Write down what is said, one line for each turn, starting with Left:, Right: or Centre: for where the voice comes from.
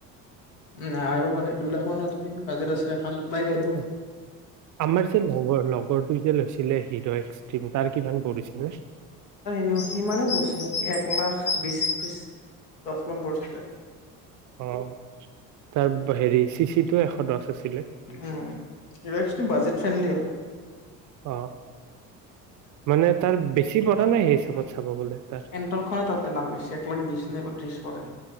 Left: উ, আহিব পাৰে দুই লাখ মানৰ যদি বাজেট আছে ভাল বাইক আহিব
Right: অহ, আমাৰ যে লগৰ-লগৰ সি যে লৈছিলে হৃদয় এক্সট্ৰিম তাৰ কিমান পৰিছ নিম
Left: ন সিমানে বছি নেকি এক লাখ বিশ ত্ৰিশ দহ মান পৰচ
Right: অ তাৰ হেৰি চি চি টোও এশ দহ আছে
Left: উম এইব বজেট ফ্ৰেণ্ডলি হয়
Right: অ মানে তাৰ বেছি পৰা নাই সেই হিচাপত চাব গলে তাৰ
Left: এণ্টৰখনে তাতকে দাম বেছি এক লাখ বিশ নে ত্ৰিশ পৰে